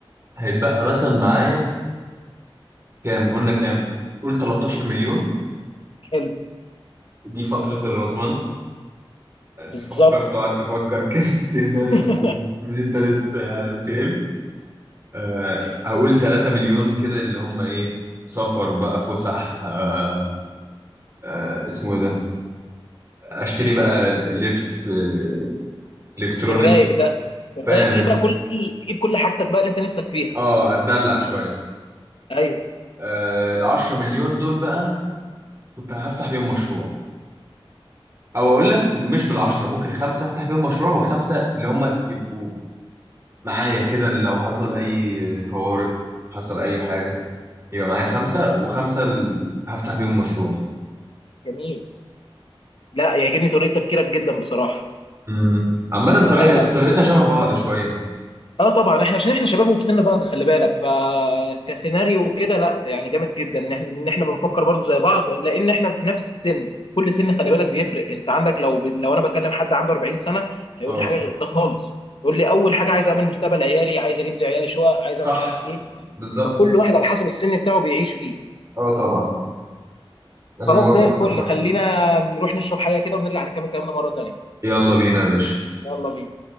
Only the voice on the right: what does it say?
هيتبقى مثلا معايا كام قلنا كام قول 13 مليون
دي فترة الرزمنة
تفكر تقعد تفكر كده <laughs> تهدى الفلوس
ابتدت آه، تقل آه، هقول 3 مليون كده اللي هم ايه سفر بقى فسح آه، آه، اسمه ايه ده اشتري بقى لبس آه، الكترونيكس
فاهم
انت
اه اتدلع شويه
آه ال 10 مليون دول بقى كنت هفتح بيهم مشروع او اقول لك مش بال 10 ممكن خمسه افتح بيهم مشروع وخمسه اللي هم يبقوا معايا كده لو حصل أي طوارئ حصل أي حاجة يبقى معايا خمسة
وخمسة ال- هفتح بيهم مشروع
امم عامة طريقة
طريقتنا شبه بعض شوية
اه
صح
بالظبط
اه طبعا انا
موافق
في الحوار
ده
يلا بينا يا باشا